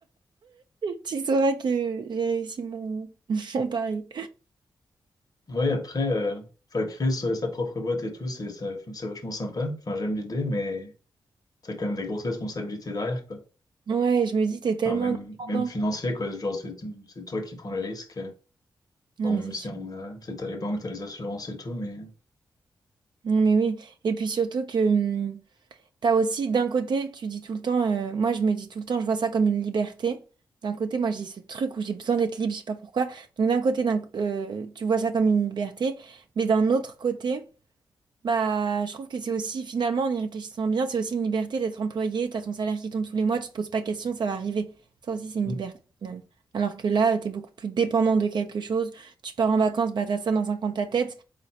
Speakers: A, on the right (about 60°); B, on the left (about 45°).
A: Tu sauras que j'ai réussi mon, <laughs> mon pari.
B: Oui, après, euh, enfin, créer sa, sa propre boîte et tout, c'est ça- c'est vachement sympa. Enfin, j'aime l'idée, mais t'as quand même des grosses responsabilités derrière, quoi.
A: Ouais, je me dis, t'es tellement
B: Enfin, même,
A: dépendant.
B: même financier, quoi. Genre, c'est c'est toi qui prends le risque.
A: Non,
B: Bon,
A: mais
B: même
A: c'est
B: si
A: sûr.
B: on a, c'est t'as les banques, t'as les assurances et tout, mais
A: Non, mais oui. Et puis surtout que hum, t'as aussi, d'un côté, tu dis tout le temps, euh, moi je me dis tout le temps, je vois ça comme une liberté. D'un côté, moi je dis ce truc où j'ai besoin d'être libre, je sais pas pourquoi. Donc d'un côté, d'un- euh, tu vois ça comme une liberté. Mais d'un autre côté, Bah, je trouve que c'est aussi, finalement, en y réfléchissant bien, c'est aussi une liberté d'être employé, t'as ton salaire qui tombe tous les mois, tu te poses pas question, ça va arriver. Ça aussi, c'est une
B: Mm.
A: liberté, au final. Alors que là, euh, t'es beaucoup plus dépendant de quelque chose, tu pars en vacances, bah t'as ça dans un coin de ta tête.